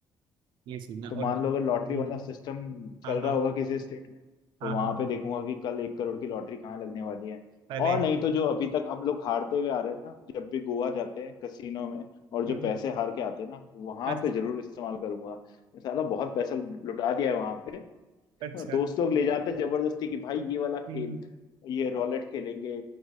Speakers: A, on the right; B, on the left.
A: ये सीन है।
B: तो
A: और
B: मान
A: हम्म,
B: लो अगर लॉटरी वाला सिस्टम चल
A: हाँ
B: रहा
A: हाँ
B: होगा किसी स्टेट में
A: हाँ
B: तो वहां
A: हाँ
B: पे देखूंगा कि कल एक करोड़ की लॉटरी कहाँ लगने वाली है
A: अरे
B: और नहीं तो जो अभी तक हम लोग हारते हुए आ रहे हैं ना जब भी गोवा जाते हैं कसिनो में और जो
A: हम्म,
B: पैसे हार के आते हैं ना वहां
A: अच्छा
B: पे जरूर इस्तेमाल करूंगा ये साला बहुत पैसा लुटा दिया है वहां पे
A: अच्छा
B: दोस्त लोग ले जाते हैं जबरदस्ती कि भाई ये वाला खेल
A: हम्म,
B: ये रोलेट खेलेंगे